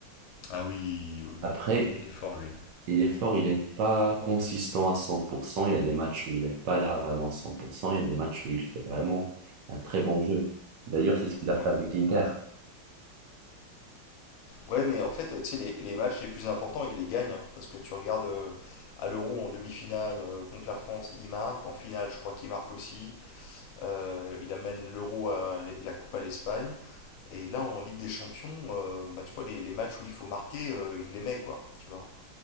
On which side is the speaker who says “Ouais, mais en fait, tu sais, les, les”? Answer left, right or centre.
Left